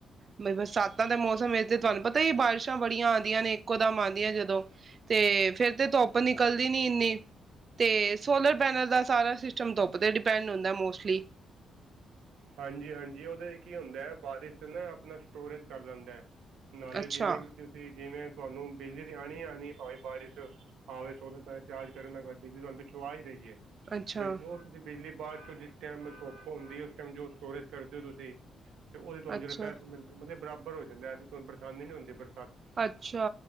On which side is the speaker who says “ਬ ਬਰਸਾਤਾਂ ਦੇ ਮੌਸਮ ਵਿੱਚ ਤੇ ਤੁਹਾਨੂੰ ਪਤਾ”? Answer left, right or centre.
Right